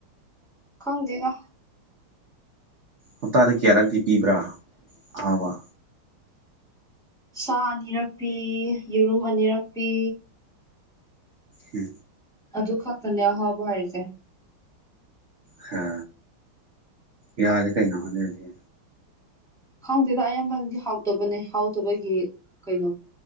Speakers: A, in the centre; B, on the right.
A: ꯪꯗꯦꯒ
B: ꯍꯞꯇꯥꯗ ꯀꯌꯥꯔꯛꯇꯤ ꯄꯤꯕ꯭ꯔꯥ ꯑꯍꯥꯎꯕ
A: ꯁꯥ ꯑꯅꯤꯔꯛꯄꯤ ꯌꯦꯔꯨꯝ ꯑꯅꯤꯔꯛꯄꯤ
B: ꯍ
A: ꯑꯗꯨ ꯈꯛꯇꯅꯤꯍꯣꯕ ꯍꯥꯏꯔꯤꯁꯦ
B: ꯈ ꯌꯥꯔꯦ ꯀꯩꯅꯣ ꯍꯥꯏꯣꯅꯔꯗꯤ
A: ꯈꯪꯗꯦꯗ ꯑꯌꯥꯝꯕꯅꯗꯤ ꯍꯥꯎꯇꯕꯅꯦ ꯍꯥꯎꯇꯕꯒꯤ ꯀꯩꯅꯣ